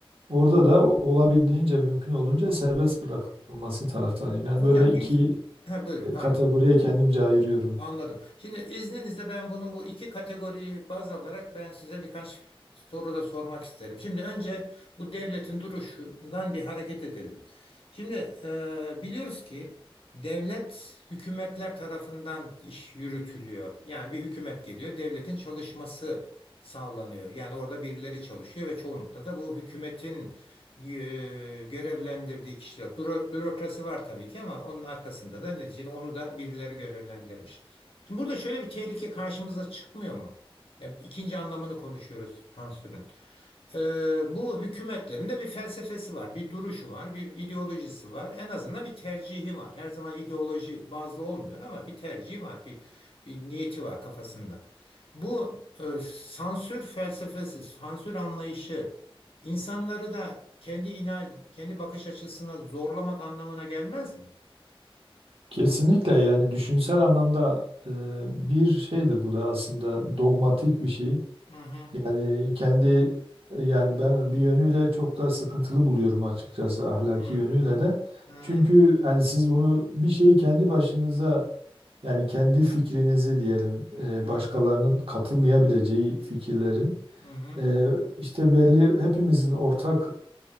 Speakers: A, on the right; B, on the left.
A: orada da o- olabildiğince mümkün olduğunca serbest bırakılması taraftarıyım. Yani
B: Hocam
A: böyle iki
B: biz ha, buyurun
A: e,
B: pardon.
A: kategoriye kendimce ayırıyorum.
B: Anladım. Şimdi izninizle ben bunu bu iki kategoriyi baz alarak ben size birkaç soru da sormak isterim. Şimdi önce bu devletin duruşundan bir hareket edelim. Şimdi e, biliyoruz ki devlet hükümetler tarafından iş yürütülüyor. Yani bir hükümet geliyor, devletin çalışması sağlanıyor. Yani orada birileri çalışıyor ve çoğunlukla da bu hükümetin e, görevlendirdiği kişiler. Büro- bürokrasi var tabii ki ama onun arkasında da neticede onu da birileri görevlendirmiş. Şimdi burada şöyle bir tehlike karşımıza çıkmıyor mu? Hep ikinci anlamını konuşuyoruz sansürün. Ee, bu hükümetlerin de bir felsefesi var, bir duruşu var, bir ideolojisi var. En azından bir tercihi var. Her zaman ideoloji bazlı olmuyor ama bir tercihi var, bir, bir niyeti var kafasında. Bu e, sansür felsefesi, sansür anlayışı insanları da kendi inan, kendi bakış açısına zorlamak anlamına gelmez mi?
A: Kesinlikle yani düşünsel anlamda e, bir şeydir bu da aslında dogmatik bir şey.
B: Hı hı.
A: Yani kendi yani ben bir yönüyle çok da sıkıntılı buluyorum açıkçası ahlaki
B: Hı hı.
A: yönüyle de.
B: Hı
A: Çünkü yani siz bunu bir şeyi kendi başınıza yani kendi fikrinizi diyelim e,
B: hı.
A: başkalarının katılmayabileceği fikirlerin
B: Hı hı.
A: e, işte belli hepimizin ortak